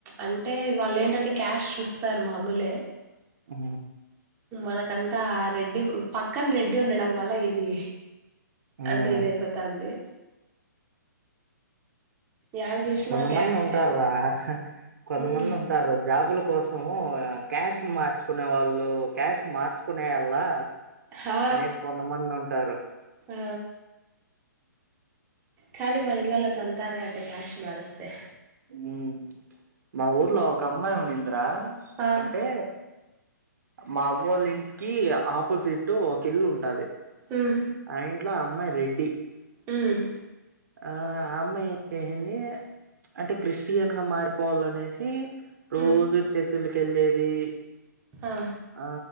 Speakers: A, on the right; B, on the right.
A: అంటే వాళ్ళు ఏంటంటే క్యాస్ట్ చూస్తారు. మామూలే
B: హ
A: మనకంతా రెడ్డి పక్కన రెడ్డి ఉండడం. వల్ల ఇది
B: మ్మ్
A: అంతే ఇదయిపోతాంది యాడ చూసినా
B: కొంతమంది
A: క్యాస్టే
B: ఉంటారూ రా కొంతమంది
A: మ్మ్
B: ఉంటారు జాబులు కోసం క్యాస్ట్ ను మార్చుకునే వాళ్ళు కాస్ట్ ను మార్చుకునేయల్లా
A: హా
B: అనేసి కొంతమంది ఉంటారు
A: ఆ కాని మన ఇండ్లలో తం తార అట క్యాస్ట్ మారిస్తే
B: హ్మ్ మా ఊర్లో ఒక అమ్మాయి ఉన్నిందా
A: ఆ
B: అంటే మా అవ్వోళ్ళ ఇ కి ఆపోజిట్ ఒక ఇల్లు ఉంటాది
A: మ్మ్
B: ఆ ఇంట్లో అమ్మాయి రే డి
A: హ్మ్
B: ఆ అమ్మాయి ఏం చేసింది అంటే క్రిష్ స్టియన్ గా మారిపోవాల్ల అనేసి రోజు
A: మ్మ్
B: చె చెల్ తెల్లేది
A: ఆ
B: ఆ